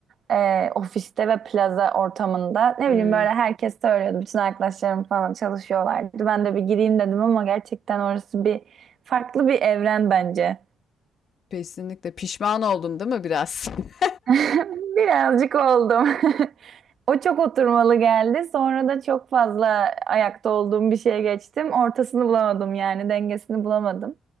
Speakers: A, on the right; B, on the left.
A: e, ofiste ve plaza ortamında ne
B: Hmm,
A: bileyim böyle herkes söylüyordu. Bütün arkadaşlarım falan çalışıyorlardı. Ben de bir gireyim dedim ama gerçekten orası bir farklı bir evren bence.
B: kesinlikle pişman oldun değil mi biraz? <laughs>
A: <laughs> Birazcık oldum. <laughs> O çok oturmalı geldi. Sonra da çok fazla ayakta olduğum bir şeye geçtim. Ortasını bulamadım yani dengesini bulamadım.